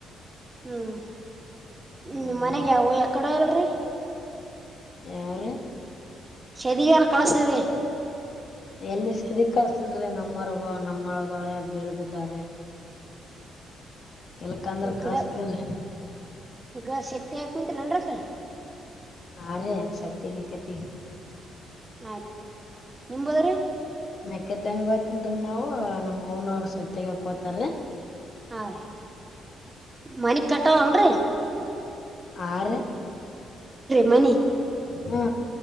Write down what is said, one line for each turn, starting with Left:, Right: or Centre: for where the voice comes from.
Right: ಹ್ಮ್
Left: ಹಾ
Right: ನಿ ಮನೆಗೆ
Left: ರೀ
Right: ಎಕಡ ಅಲ್ರಿ
Left: ಯ್ರ
Right: ಸರಿಾನ ಕಳಸರ
Left: ಎಲ್ಲಿ ಸದಿ ಕಲ್ಸಿಲ್ರೀ ನಮ್ಮವರ್ಗ ನಮ್ಮೊಳ್ಗಳೇ ಬೀಳ್ ಬಿದ್ದಾವ್ರಿ ಎಲ್ ಕಂದ್ರ ಕಸ್ತನ್
Right: ಗಿಡ ಗ ಶತ್ತ ಕುಂತ್್ರ ಕ
Left: ಹ ರ ಸತ್ಯಗೆ ಕತಿ
Right: ಆಯ್ತ್ು ರೀ ನಿಮಬೋದ್ರಿ
Left: ಮೆಕ್ಕ ತನ್ಗ ಹೋಯ್ತನ್ರೀ ನಾವು ನಮ್ ನವರು ಸತ್ಯಗಕೋತಾರೀ
Right: ಹಾ ರೀ ಮನಿ ಕಟ್ಟನ್ೀ
Left: ಆರು
Right: ಮನೆ
Left: ಹ್ಮ